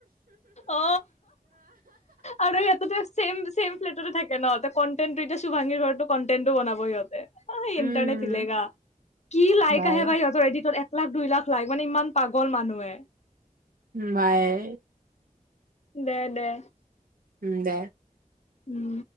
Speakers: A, on the left; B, on the right.
A: অ আৰু ইয়াতে যে চেম ছেম ফ্লেটতে থাকে নহ কণ্টেণ্টো এতিয়া চুভাঙীৰ ঘৰতো কণ্টেন্টো বনাব সিহঁতে অ
B: উম
A: ইণ্টাৰনেট হিলেগা কি লাইক
B: বাই
A: হে ভ ইহঁতৰ এড এক লাখ দুই লাখ লাইখ মানে ইমান পাগল মানুহে
B: বাই
A: দে দে
B: উম দে
A: উম